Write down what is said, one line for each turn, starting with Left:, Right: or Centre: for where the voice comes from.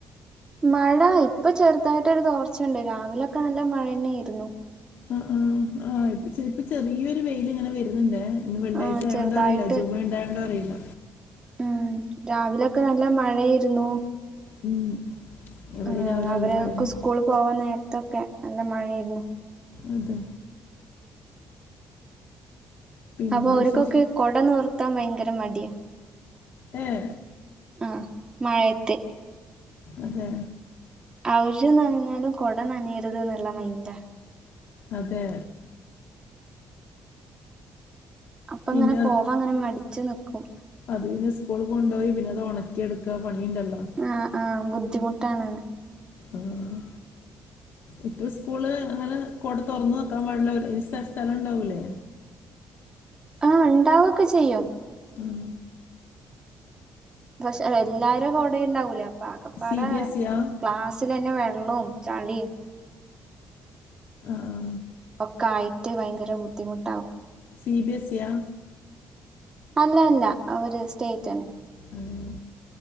Right: മഴ ഇപ്പൊ ചെറുതായിട്ടൊരു തോർച്ചണ്ട് രാവിലൊക്കെ നല്ല മഴന്നെയായിരുന്നു.
Left: ആഹ് ആഹ് ആഹ് ഇപ്പൊ ചെ ഇപ്പൊ ചെറിയൊരു വെയിൽ ഇങ്ങനെ വരുന്നുണ്ടേ ഇന്ന് വെള്ളിയാഴ്ച
Right: ആഹ്
Left: ആയോണ്ടോ
Right: ചെറുതായിട്ട്
Left: അറിയില്ല ജുമുഅ ഇണ്ടായോണ്ടോ അറിയില്ല.
Right: ആഹ് രാവിലൊക്കെ നല്ല മഴായിരുന്നു.
Left: ഉം എവിടെ
Right: ആഹ്
Left: രാവിലെ നല്ല
Right: അവരൊക്കെ
Left: മഴ വരും
Right: സ്കൂൾ പോവാൻ നേരത്തൊക്കെ നല്ല മഴയായിരുന്നു.
Left: അതെ പിന്നെന്താ
Right: അപ്പൊ ഓര്ക്കൊക്കെ
Left: വിശേഷം
Right: കൊട നിവർത്താൻ ഭയങ്കര മടിയാ
Left: ഏഹ്
Right: ആഹ് മഴയത്ത്
Left: അതെ
Right: അവശ്യം നനഞ്ഞാലും കുട നനയരുത്ന്നുള്ള മൈന്റാ
Left: അതെ
Right: അപ്പ
Left: പിന്നെ
Right: അങ്ങനെ പോവാ അങ്ങനെ മടിച്ചു നിക്കും
Left: അത് പിന്നെ സ്കൂൾ കൊണ്ടുപോയി പിന്നെ അത് ഒണക്കി എടുക്കാ പണിയുണ്ടല്ലോ
Right: ആഹ് ആഹ് ബുദ്ധിമുട്ടാണ്ന്ന്
Left: ആഹ് ഇപ്പൊ സ്കൂള് അങ്ങനെ കൊട തുറന്ന് വെക്കാൻ പാട്ള്ള ഒരു സ്ഥ സ്ഥലം ഉണ്ടാവൂലെ
Right: ആഹ് ഉണ്ടാവൊക്കെ ചെയ്യും
Left: ഉം
Right: പക്ഷെ എല്ലാരും കൊടയും ഇണ്ടാവൂലെ അപ്പ ആകപ്പാടെ
Left: സി ബി എസ് സിയാ
Right: ക്ലാസ് സ്സിലെന്നെ വെള്ളോം ചളീം
Left: ആഹ് ആഹ്
Right: ഒക്കെ ആയിട്ട് ഭയങ്കര ബുദ്ധിമുട്ടാവും
Left: സി ബി എസി യാ
Right: അല്ല അല്ല അവര് സ്റ്റേറ്റ് അന്നെ
Left: ആഹ്